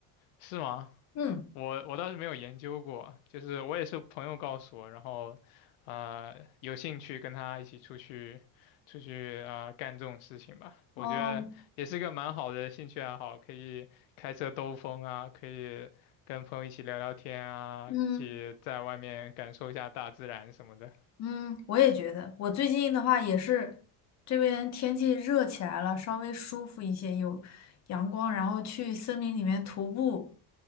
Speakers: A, on the left; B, on the left.
A: 是吗？
B: 嗯，
A: 我我倒是没有研究过，就是我也是朋友告诉我，然后，呃，有兴趣跟他一起出去，出去啊干这种事情吧。我觉得也是个蛮好的兴趣爱好，
B: 哦，
A: 可以开车兜风啊，可以跟朋友一起聊聊天啊，
B: 嗯
A: 一起在外面感受一下大自然什么的。
B: 嗯，我也觉得，我最近的话也是，这边天气热起来了，稍微舒服一些，有阳光，然后去森林里面徒步。